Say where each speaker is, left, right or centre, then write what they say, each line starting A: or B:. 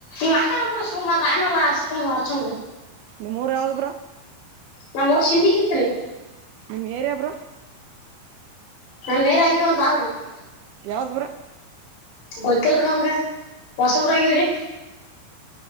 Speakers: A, on the left; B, on the right.
A: ಮಾತ ಕೂಡ ಸುಮ ತಾನಲ್ಲ ಅಷ್ಟತ.
B: ನಿಮ್ಮೂರ ಯಾವುದು ಬ್ರೋ.
A: ನಮ್ ಊರ್ ಸಿಂದಿಗಿ ಇತ್ರಿ
B: ನಿಮ್ ಏರಿಯ ಬ್ರೋ.
A: <unintelligible>
B: ಯಾವ್ದ ಬ್ರೋ.
A: ಗೊತ್ತಿಲ್ರಿ ನಮ್ಗ ಹೊಸಬ್ರಾ ಆಗಿವೆ.